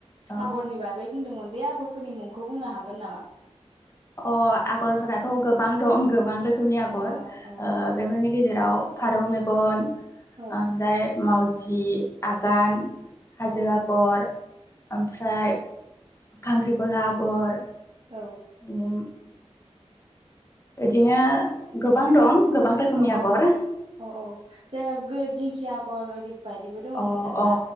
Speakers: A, on the left; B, on the right.
A: ओ
B: आगरनि बागै बुंदोंमोन बे आगरफोरनि मुंखौ बुंनो हागोन नामा?
A: अ आगरफोराथ गोबां दं गोबां रो खोमनि आगर
B: औ औ
A: ओ बेफोरनि गेजेराव फारौ मेगन
B: औ
A: ओमफ्राय मावजि आगान
B: औ
A: हाजो आगर ओमफ्राय खांख्रिखला आगर <unintelligible>
B: औ
A: उम बिदिनो गोबां दं गोबां रोखोमनि
B: अ अ
A: आगर
B: औ औ <unintelligible> दिं खि आगर ओरि बायदिबो दङमोनदांना
A: अ अ